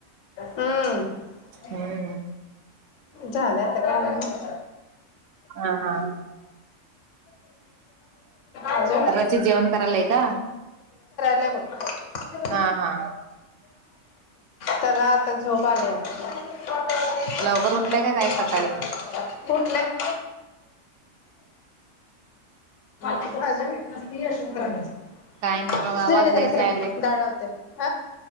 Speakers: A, on the left (about 70°); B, on the right (about 70°).
A: हम्म
B: हम
A: झालं आता काय मअजून
B: हा हा
A: अजून
B: रचित जेवण करायलय का?
A: लय बघ <inaudible>
B: हा हा
A: त्याला आता झोप झोप आलीया
B: लवकर
A: <unintelligible>
B: उठलाय का काय सकाळी
A: तुटलय <unintelligible> ती नसती शिवानी
B: काय नाही मग आवाज लईच
A: जरा सरक
B: यायलाय
A: डाळ लावते. आ